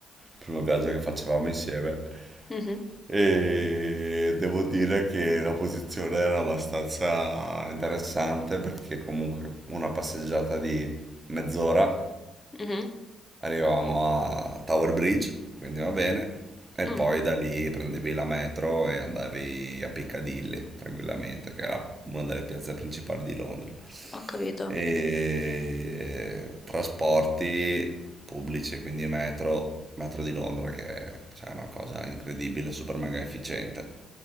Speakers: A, on the right; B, on the left.
A: primo viaggio che facevamo insieme.
B: mhm,
A: E devo dire che la posizione era abbastanza interessante perché comunque una passeggiata di mezz'ora
B: mhm,
A: arrivavamo a Tower Bridge, quindi va bene, e
B: mm,
A: poi da lì prendevi la metro e andavi a Piccadilly tranquillamente, che era una delle piazze principali di Londra.
B: ho capito.
A: E trasporti pubblici, quindi metro, metro di Londra che è cioè, una cosa incredibile, super mega efficiente.